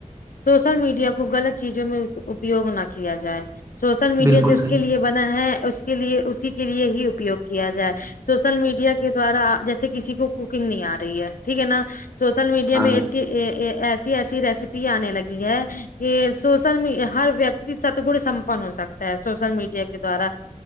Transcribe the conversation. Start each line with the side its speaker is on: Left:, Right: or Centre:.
Left: سوشل میڈیا کو غلط چیزوں میں اپیوگ نہ کیا جائے سوشل میڈیا
Right: بالکل
Left: جس
Right: صحیح
Left: کے لیے بنا ہے اس کے لیے اسی کے لیے ہی اپیوگ کیا جائے سوشل میڈیا کے دوارا جیسے کسی کو کوکنگ نہیں آ رہی ہے ٹھیک ہے نا سوشل میڈیا
Right: ہاں
Left: میں
Right: میم
Left: ا ایسی ایسی ریسیپی آنے لگی ہے یہ سوشل م ہر ویکتی سدگن سمپن ہو سکتا ہے سوشل میڈیا کے دوارا